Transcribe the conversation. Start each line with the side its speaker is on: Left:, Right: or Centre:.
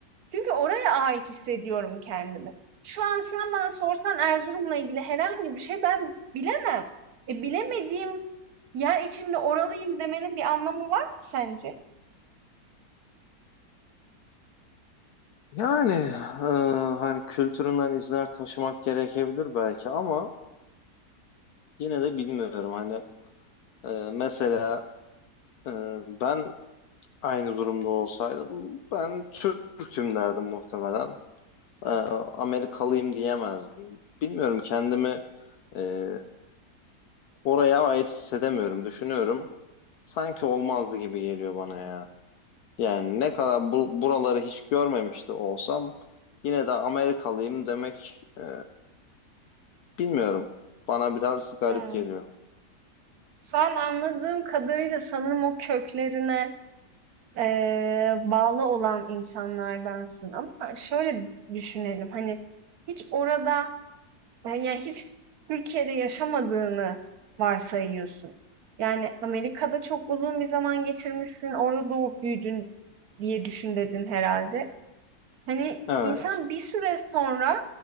Right: Çünkü oraya ait hissediyorum kendimi. Şu an sen bana sorsan Erzurum'la ilgili herhangi bir şey ben bilemem. E, bilemediğim yer içinde oralıyım demenin bir anlamı var mı sence?
Left: Yani e, hani kültüründen izler taşımak gerekebilir belki ama yine de bilmiyorum. Hani e, mesela e, ben aynı durumda olsaydım ben Türk'üm derdim muhtemelen. Ee, Amerikalıyım diyemezdim. Bilmiyorum kendimi e, oraya ait hissedemiyorum. Düşünüyorum. Sanki olmazdı gibi geliyor bana ya. Yani ne kadar bu, buraları hiç görmemişti olsam yine de Amerikalıyım demek e, bilmiyorum. Bana biraz garip
Right: Hmm.
Left: geliyor.
Right: Sen anladığım kadarıyla sanırım o köklerine eee, bağlı olan insanlardansın. Ama şöyle düşünelim hani hiç orada e, yani hiç Türkiye'de yaşamadığını varsayıyorsun. Yani Amerika'da çok uzun bir zaman geçirmişsin, orada doğup büyüdün diye düşün dedin herhalde. Hani
Left: Evet,
Right: insan bir süre sonra